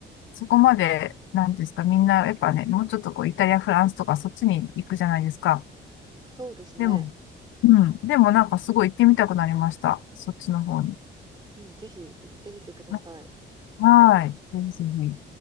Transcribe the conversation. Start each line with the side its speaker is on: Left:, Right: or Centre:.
Left: そこまで、なんていうんですか、みんな、やっぱね、もうちょっとこう、イタリア、フランスとか、そっちに行くじゃないですか。
Right: そうですね。
Left: でも、うん。でも、なんかすごい行ってみたくなりました。そっちの方に。
Right: うん、ぜひ行ってみてください。
Left: ははーい。ぜひぜひ。